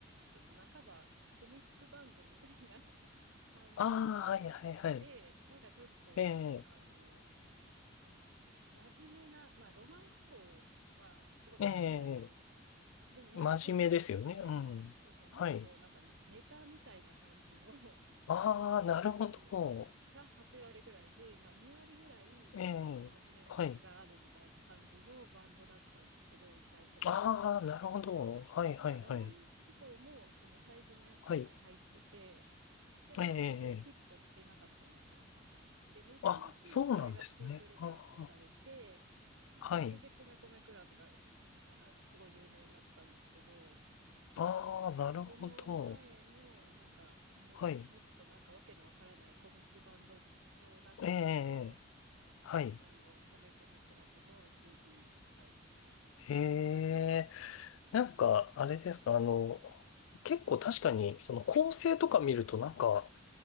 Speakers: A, on the right; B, on the left.
A: ちょっと半ばコミックバンドみたいな <laughs> 感じ
B: ああ、はいはいはい。
A: で、なんかちょっと、
B: ええ、
A: あの、真面目な、まあ、ロマン飛行はすごい真面目じゃないですか。
B: ええ、
A: でもなんかそういうんじゃなくて、
B: 真面目ですよね。うん。
A: そうそう、もっとなんかネタみたいな感じの
B: はい。
A: <laughs>
B: ああ、
A: 音楽が8割ぐらいで、
B: なるほど。
A: まあ2割ぐらいちょっと真面目な曲があるみたいな感じのバンドだったんですけど、
B: ええ、はい。
A: 最初は。
B: ああ、なるほど。はいはいはい。
A: で、まあロマン飛行もその最初のやつから入ってて、
B: はい。
A: でも全然ヒットしてなかったんですよ。
B: ええ、ええ
A: で、後々それがシングルカットされて、
B: あ、そうなんですね。ああ、はい。
A: それで米米クラブが、なんかすごい有名になったんですけど、
B: ああ、
A: なんかそその前の、
B: なるほど。
A: なんかも、
B: はい。
A: もっとなんかわけのわからないコミックバンド調だった時の、
B: ええ、はい。
A: あの、米米クラブの CD 買いました。
B: へえ。なんか、あれですか、あの、結構確かに、その構成とか見ると、なんか、